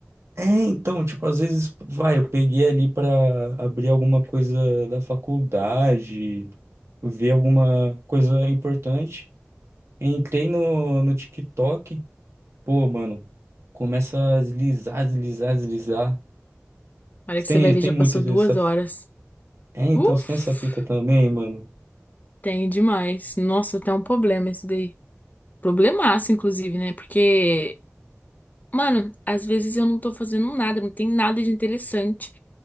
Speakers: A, on the right; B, on the left.
A: É, então, tipo, às vezes, vai, eu peguei ali pra abrir alguma coisa da faculdade, ver alguma coisa importante. Entrei no, no TikTok, pô, mano, começa a deslizar, deslizar, deslizar.
B: Olha que
A: Tem,
B: você vai ver,
A: tem
B: já
A: muito
B: passou
A: essa.
B: duas horas.
A: É, então
B: Uf,
A: você tem essa fita também, mano.
B: tem demais. Nossa, tá um problema esse daí. Problemaço, inclusive, né? Porque, mano, às vezes eu não tô fazendo nada, não tem nada de interessante.